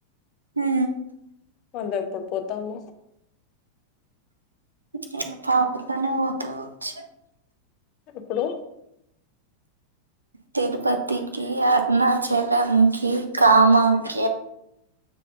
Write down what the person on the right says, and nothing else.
హ
నేను పాపతోనే పోతా వచ్చ
తిరుపతికి అరుణాచలంకి కామాఖ